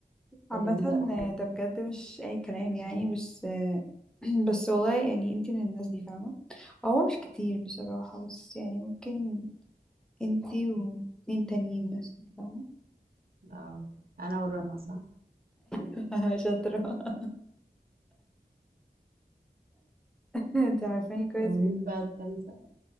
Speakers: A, on the right (about 65°); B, in the centre.
A: تهديد
B: عامة
A: ولا حاجة
B: آه، ده بجد مش اي كلام يعني بس آه، <clears throat> بس والله يعني انتي من الناس دي فاهمة هو مش كتير بصراحة بس يعني ممكن انتي واتنين تانيين مثلا فاهمة
A: اه انا ورانا صح؟
B: <laughs> شاطرة <laughs> انتي عارفاني كويس
A: طب مين
B: جدا
A: بقى التالتة؟